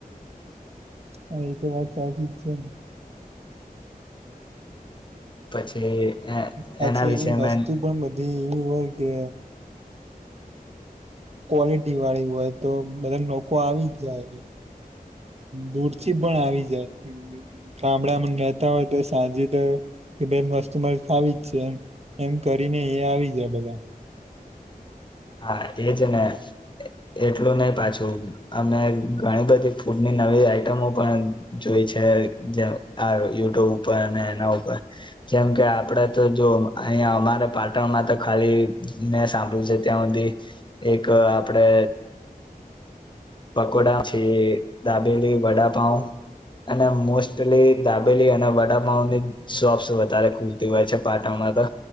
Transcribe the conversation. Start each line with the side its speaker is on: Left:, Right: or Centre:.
Right: હા એ તો વાત સાચી જ તેન
Left: પછી
Right: પછી
Left: એના
Right: એની
Left: વિશે
Right: વસ્તુ
Left: મેં
Right: પણ બધી હોય કે ક્વોલિટી વાળી હોય તો બધા લોકો આવી જ જાય બૂટથી પણ આવી જાય ગામડામાં રહેતા હોય તો સાંજે તો કસ્ટમર આવી જ છે એમ કરીને એ આવી જાય બધા.
Left: હા એજ ને એટલું નહી પાછું અમે ઘણી બધી ફૂડની નવી આઈટમો પણ જોઈ છે જે આ યુટ્યુબ ઉપર અને એના ઉપર જેમ કે આપડે તો જો અહીંયા અમારે પાટણમાં તો ખાલી મેને સાંભળ્યું છે. ત્યાં સુધી એક આપડે પકોડાછી દાબેલી વડાપઉ અને મોસ્ટલી દાબેલી અને વડાપઉની સોપસ વધારે ખુલતી હોય છે પાટણમાં તો